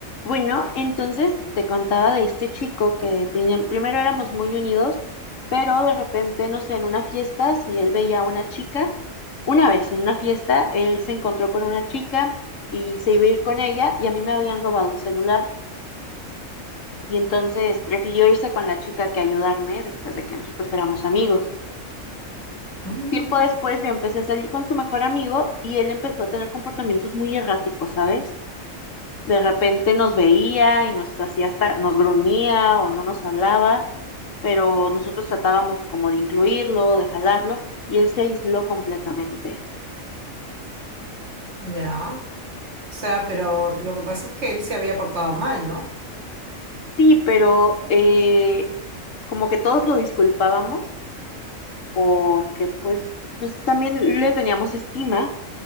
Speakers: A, on the left; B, on the right.
A: Bueno, entonces te contaba de este chico que prim- primero éramos muy unidos, pero de repente, no sé, en una fiesta, si él veía a una chica, una vez en una fiesta, él se encontró con una chica y se iba a ir con ella y a mí me habían robado el celular. Y entonces prefirió irse con la chica que ayudarme después de que nosotros éramos amigos.
B: Mm,
A: Tiempo después yo empecé a salir con su mejor amigo y él empezó a tener comportamientos muy erráticos, ¿sabes? de repente nos veía y nos hacía hasta, nos gruñía o no nos hablaba, pero nosotros tratábamos como de incluirlo, de jalarlo, y él se aisló completamente.
B: ya. O sea, pero lo que pasa es que él se había portado mal, ¿no?
A: Sí, pero eh, como que todos lo disculpábamos porque pues, pues también le teníamos estima,